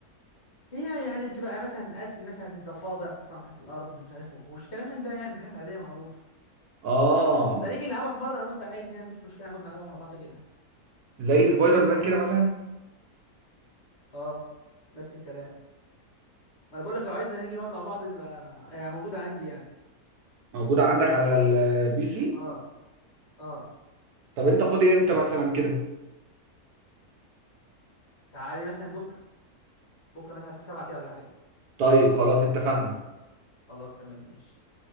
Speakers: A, on the left (about 45°); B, on the right (about 80°).
A: هي يعني بتبقى مثلا قتل مثلا ضفادع بتطلع من تحت الارض مش عارف وحوش كلام من ده يعني حاجات عاديه معروفه
B: اه
A: نبقى نيجي نلعبها في مره لو انت عايز يعني مفيش مشكله نقعد نلعبها مع بعض كده
B: زي سبايدر مان كده مثلا
A: اه نفس الكلام ما انا بقول لك لو عايزنا نيجي نقعد مع بعض نبقى يعني موجوده عندي يعني
B: موجوده عندك على البي سي
A: اه اه
B: طب انت فاضي امتى مثلا كده
A: تعالي مثلا بكره بكره مثلا الساعه 7 كده ولا حاجه
B: طيب خلاص اتفقنا
A: خلاص تمام ماشي